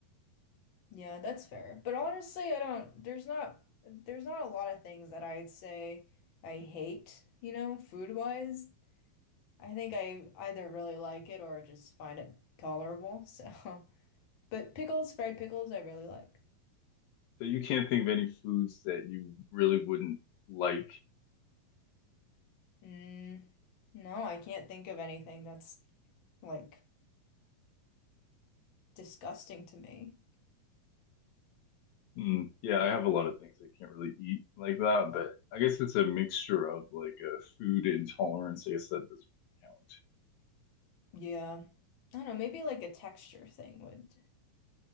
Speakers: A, on the left; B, on the left.
A: Yeah, that's fair. But honestly, I don't, there's not there's not a lot of things that I'd say I hate, you know, food-wise. I think I either really like it or just find it tolerable. So, <laughs> but pickles, fried pickles, I really like.
B: But you can't think of any foods that you really wouldn't like.
A: Mm, no, I can't think of anything that's like disgusting to me.
B: Mm, yeah,
A: Mm,
B: I have a lot of things I can't really eat like that, but I guess it's a mixture of like a food intolerance. I guess that doesn't count.
A: yeah. I don't know, maybe like a texture thing would